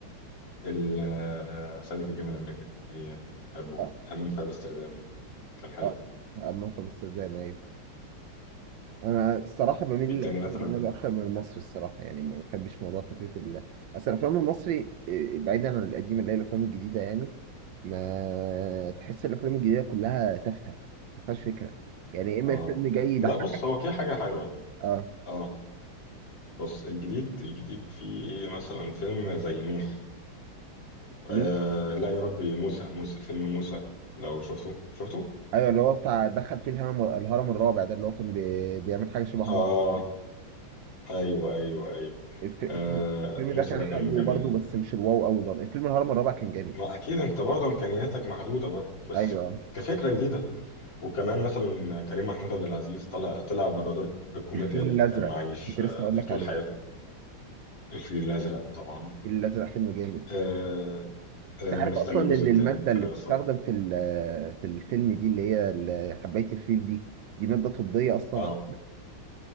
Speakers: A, on the left (about 65°); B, on the right (about 70°).
A: ال- آه، صعيدي في الجامعة الأمريكية بحبه
B: اه
A: همام في أمستردام كان حلو
B: اه آه، موقف امستردام ايوه انا الصراحه بميل
A: ايه
B: للافلام
A: التاني مثلا
B: الاجنبي اكتر من المصري الصراحه يعني ما بحبش موضوع فكره ال اصل الافلام المصري إيه، بعيدا عن القديمه اللي هي الافلام الجديده يعني ما تحس الافلام الجديده كلها تافهه ما فيهاش فكره يعني يا اما
A: اه
B: الفيلم جاي يضحك
A: لا بص هو في حاجة حلوة
B: اه
A: اه بص الجديد الجديد في مثلا فيلم زي ميح
B: نوح.
A: آه لا يا ربي موسى موسى فيلم موسى لو شفته شفته
B: ايوه اللي هو بتاع دخل فيه الهرم الهرم الرابع ده اللي هو كان بي... بيعمل حاجه شبه
A: اه
B: مرة كده.
A: ايوه ايوه ايوه
B: الف- الفيلم
A: آه
B: الفيلم
A: موسى
B: ده كان
A: ده
B: حلو
A: كان جميل
B: برضه بس مش الواو قوي برضه الفيلم الهرم الرابع كان جامد
A: ما اكيد انت برضه امكانياتك محدودة برضه بس
B: ايوه
A: كفكرة جديدة وكمان مثلا كريم محمود عبد العزيز طلع طلع بره دور الكوميديا
B: الفيل
A: اللي
B: الازرق
A: كان عايش
B: كنت
A: آه،
B: لسه اقول
A: فيه
B: لك
A: طول
B: عليه
A: حياته الفيل الأزرق طبعا
B: الفيل الازرق فيلم جامد
A: آه، آه،
B: انت
A: أنا
B: عارف
A: مستني
B: اصلا
A: الجزء
B: ان
A: التالت
B: الماده
A: بفارغ
B: اللي بتستخدم
A: الصبر
B: في ال- في الفيلم دي اللي هي ال- حبايه الفيل دي دي ماده طبيه اصلا
A: اه